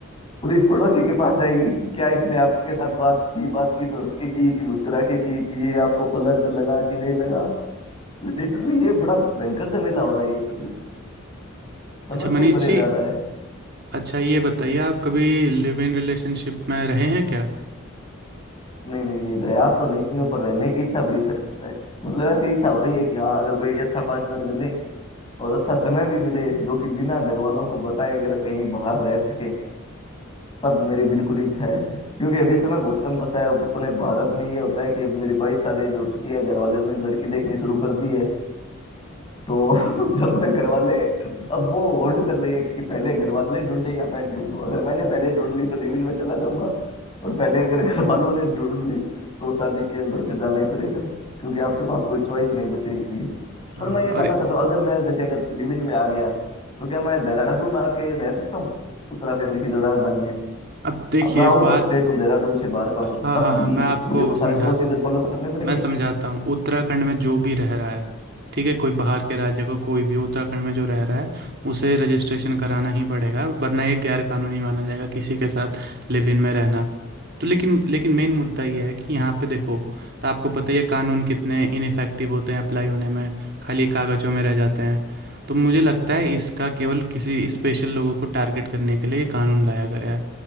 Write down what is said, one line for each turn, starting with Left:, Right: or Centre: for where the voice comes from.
Left: पुलिस पड़ोसी के पास जाएगी कि क्या इसने आपके साथ बात की बात की तो उसके की कि मुस्कुरा के की कि ये आपको फ्लर्ट लगा कि नहीं लगा लिटरली ये बड़ा भयंकर झमेला हो रहा है ये तो फिर समझ
Right: अच्छा मनीष
Left: से ही परे
Right: जी
Left: जा रहा है
Right: अच्छा ये बताइए आप कभी लिव इन रिलेशनशिप में रहे हैं क्या
Left: नहीं नहीं नहीं दया तो नहीं हो पर रहने की इच्छा बड़ी सख्त है मतलब ऐसी इच्छा हो रही है कि हाँ अगर कोई अच्छा पार्टनर मिले और अच्छा समय भी मिले जो कि बिना घर वालों को बताए अगर कहीं बाहर रह सके तब मेरी बिल्कुल इच्छा है क्योंकि अभी समय बहुत कम बचा है अपने भारत में ये होता है कि अब मेरी बाईस साल एज हो चुकी है घर वालों ने लड़की देखनी शुरू कर दी है तो <laughs> जब तक घर वाले अब वो होड़ चल रही है कि पहले घर वाले ढूंढे या मैं ढूंढूं अगर मैंने पहले ढूंढ ली तो लिव इन में चला जाऊंगा और पहले अगर <laughs> घर वालों ने ढूंढ ली तो शादी के अंदर फिर जाना ही पड़ेगा क्योंकि आपके पास कोई चॉइस नहीं बचेगी
Right: हाँ
Left: पर मैं
Right: हाँ
Left: ये जानना
Right: और
Left: चाहता हूँ अगर मैं जैसे अगर लिव इन में आ गया तो क्या मैं देहरादून आके रह सकता हूँ उत्तराखंड की जो राजधानी है
Right: अब देखिए
Left: मैं आउट
Right: बात
Left: ऑफ स्टेट हूँ देहरादून से बाहर का हूँ
Right: हाँ
Left: तब
Right: हाँ हाँ
Left: भी
Right: मैं आपको
Left: मुझे वो सारे
Right: समझा
Left: प्रोसीजर फॉलो करने पड़ेंगे
Right: मैं समझाता हूँ उत्तराखंड में जो भी रह रहा है ठीक है कोई बाहर के राज्य का कोई भी उत्तराखंड में जो रह रहा है उसे रजिस्ट्रेशन कराना ही पड़ेगा वरना ये गैर कानूनी माना जाएगा किसी के साथ लिव इन में रहना तो लेकिन लेकिन मेन मुद्दा ये है कि यहाँ पे देखो तो आपको पता ही है कानून कितने इनफेक्टिव होते हैं अप्लाई होने में खाली कागजों में रह जाते हैं तो मुझे लगता है इसका केवल किसी स्पेशल लोगों को टारगेट करने के लिए ये कानून लाया गया है